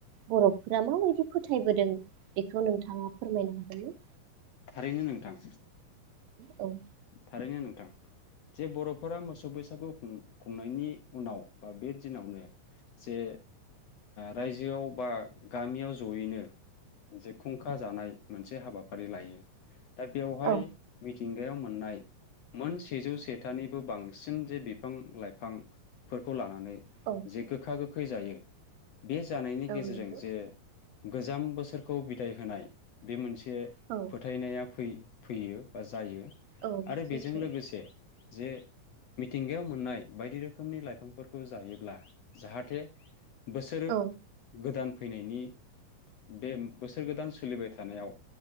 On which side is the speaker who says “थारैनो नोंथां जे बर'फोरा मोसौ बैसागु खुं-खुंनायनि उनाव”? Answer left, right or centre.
Left